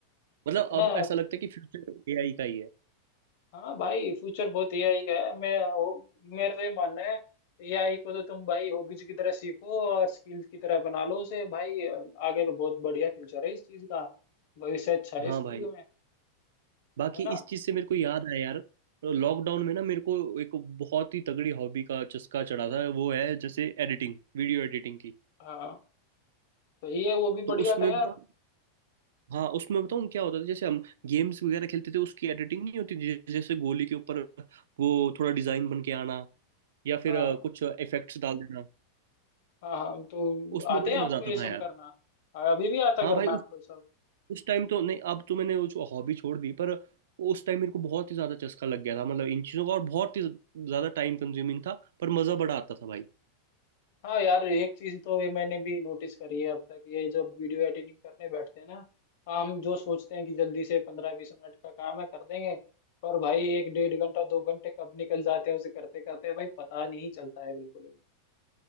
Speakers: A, on the right; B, on the left.
A: मतलब
B: इतना
A: अब ऐसा लगता है कि फ्यूचर एआई का ही है
B: हाँ भाई फ्यूचर बहुत एआई का है मैं वो मेरा तो ये मानना है एआई को तो तुम भाई हॉबीज की तरह सीखो और स्किल की तरह बना लो उसे भाई आगे तो बहुत बढ़िया फ्यूचर है इस चीज का भविष्य अच्छा है
A: हाँ
B: इस चीज
A: भाई
B: में
A: बाकी
B: है ना
A: इस चीज से मेरे को याद आया यार लॉकडाउन में ना मेरे को एक बहुत ही तगड़ी हॉबी का चस्का चढ़ा था वो है जैसे एडिटिंग वीडियो एडिटिंग की
B: हाँ तो ये वो भी
A: तो
B: बढ़िया
A: उसमें
B: था यार
A: बताऊँ हाँ उसमें बताऊँ क्या होता था जैसे हम गेम्स वगैरह खेलते थे उसकी एडिटिंग नहीं होती जै- जैसे गोली के ऊपर वो थोड़ा डिजाइन बन के आना या फिर
B: हाँ
A: अ, कुछ इफेक्ट्स डाल देना
B: हाँ हाँ तो
A: उसमें
B: आते
A: बड़ा
B: हैं आपको
A: मजा आता
B: ये सब
A: था यार
B: करना अभी भी आता
A: हाँ
B: करना
A: भाई
B: आपको
A: उस
B: ये सब
A: उस टाइम तो नहीं अब तो मैंने वो हॉबी छोड़ दी पर उस टाइम मेरे को बहुत ही ज्यादा चस्का लग गया था मतलब इन चीजों का और बहुत ही ज्यादा टाइम कंज्यूमिंग था पर मजा बड़ा आता था भाई
B: हाँ यार एक चीज तो ये मैंने भी नोटिस करी है अब तक ये जब वीडियो एडिटिंग करने बैठते हैं ना हम जो सोचते हैं कि जल्दी से पंद्रह बीस मिनट का काम है कर देंगे पर भाई एक डेढ़ घंटा दो घंटे कब निकल जाते हैं उसे करते करते भाई पता नहीं चलता है बिल्कुल भी